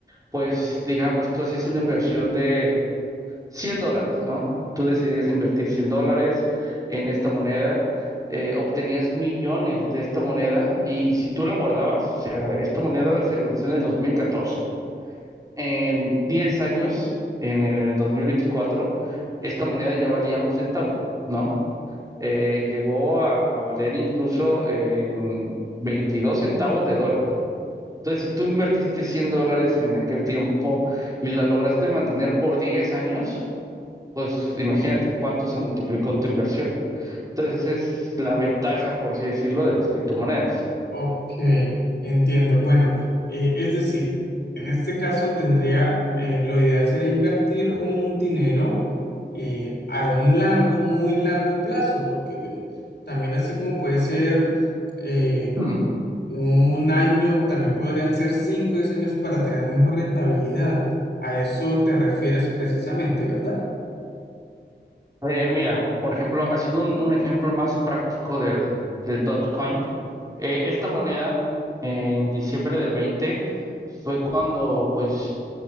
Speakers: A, on the right (about 20°); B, on the left (about 65°).
A: pues, digamos, tú haces una inversión de 100 dólares, ¿no? Tú decidías invertir 100 dólares en esta moneda, eh, obtenías millones de esta moneda y si tú la guardabas, o sea, esta moneda se lanzó en el dos mil catorce, En 10 años, en el 2024, esta moneda ya valía un centavo, ¿no? Eh, llegó a, a valer incluso en 22 centavos de dólar. Entonces, si tú invertiste 100 dólares en aquel tiempo y la lograste mantener por 10 años, pues imagínate cuánto se multiplicó tu inversión. Entonces, esa es la ventaja, por así decirlo, de las criptomonedas.
B: Ok, entiendo. Bueno, eh, es decir, en este caso tendría, eh, lo ideal sería invertir un dinero eh, a un largo, muy largo plazo, porque bueno, también así como puede ser... eh,
A: Hmm.
B: Un año, también podrían ser cinco o diez años para tener mejor rentabilidad. A eso te refieres precisamente, ¿verdad?
A: Eh, mira, por ejemplo, haciendo un, un ejemplo más práctico del, del Dogecoin, eh, esta moneda en diciembre del 20 fue cuando pues